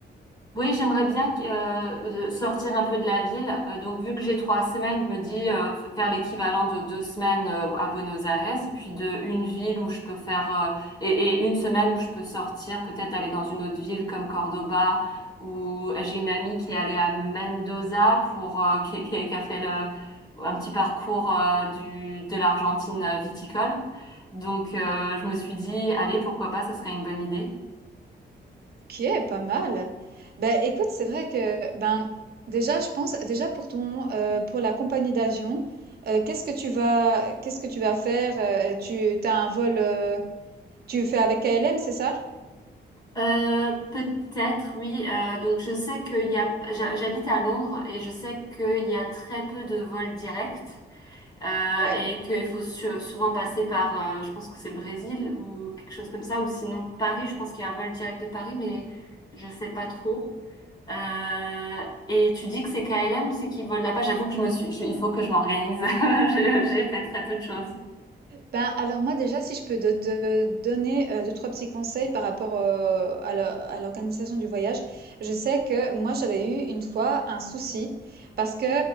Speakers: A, on the left (about 20°); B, on the right (about 55°).
A: Oui, j'aimerais bien euh, de sortir un peu de la ville. Euh, donc, vu que j'ai trois semaines, je me dis euh, faire l'équivalent de deux semaines euh, à Buenos Aires et puis de une ville où je peux faire euh, et, et une semaine où je peux sortir, peut-être aller dans une autre ville comme Cordoba ou euh, j'ai une amie qui est allée à Mendoza pour euh, qui, qui- qui a fait le, un petit parcours euh, du de l'Argentine euh, viticole. Donc, euh, je me suis dit, allez, pourquoi pas, ça serait une bonne idée.
B: OK, pas mal. Ben, écoute, c'est vrai que, ben, déjà, je pense, déjà pour ton, heu, pour la compagnie d'avion, heu, qu'est-ce que tu vas qu'est-ce que tu vas faire? Heu, tu t'as un vol, heu, tu fais avec KLM, c'est ça?
A: Euh, peut-être, oui. Euh, donc je sais qu'il y a, j'ha- j'habite à Londres et je sais qu'il y a très peu de vols directs euh,
B: Ouais.
A: et qu'il faut su- souvent passer par, euh, je pense que c'est le Brésil ou quelque chose comme ça, ou sinon Paris. Je pense qu'il y a un vol direct de Paris, mais je sais pas trop. Euh, et tu dis que c'est KLM, c'est qui vole là-bas. J'avoue que je me suis, je- il faut que je m'organise. <laughs> Je- J'ai fait très peu de choses.
B: Ben, alors moi déjà, si je peux te te donner, heu, 2-3 petits conseils par rapport, heu, à la à l'organisation du voyage. Je sais que moi, j'avais eu une fois un souci parce que,